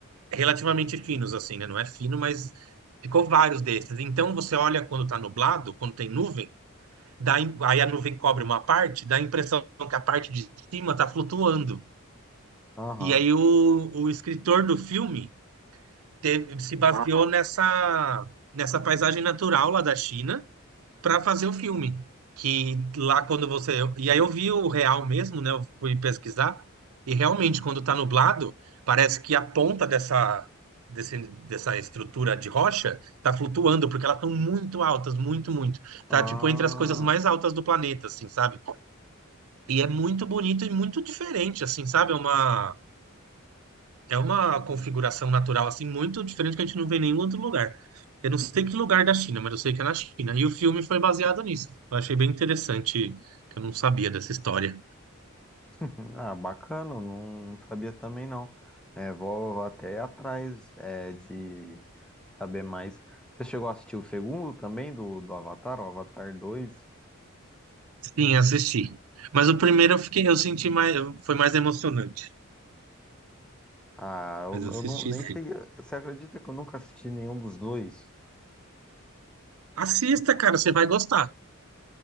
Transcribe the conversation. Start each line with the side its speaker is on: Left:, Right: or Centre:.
Right: Relativamente finos assim, né? Não é fino, mas ficou vários desses. Então você olha quando tá nublado, quando tem nuvem, dá, im- aí a nuvem cobre uma parte, dá a impressão que a parte de cima está flutuando.
Centre: Aham.
Right: E aí o, o escritor do filme teve- se baseou nessa, nessa paisagem natural lá da China para fazer o filme. Que lá quando você. E aí eu vi o real mesmo, né? Eu fui pesquisar. E realmente, quando está nublado, parece que a ponta dessa, desse, dessa estrutura de rocha está flutuando, porque elas estão muito altas, muito, muito. Tá
Centre: Ah,
Right: tipo entre as coisas mais altas do planeta, assim, sabe? E é muito bonito e muito diferente, assim, sabe? É uma, é uma configuração natural, assim, muito diferente que a gente não vê em nenhum outro lugar. Eu não sei que lugar da China, mas eu sei que é na China. E o filme foi baseado nisso. Eu achei bem interessante, que eu não sabia dessa história.
Centre: <laughs> ah, bacana, não sabia também não. É, vou, vou até atrás é, de saber mais. Você chegou a assistir o segundo também do, do Avatar, o Avatar dois?
Right: Sim, assisti. Mas o primeiro eu fiquei, eu senti mais, foi mais emocionante.
Centre: Ah, eu,
Right: Mas eu
Centre: eu
Right: assisti,
Centre: não, nem
Right: sim.
Centre: cheguei. Você acredita que eu nunca assisti nenhum dos dois?
Right: Assista, cara, você vai gostar.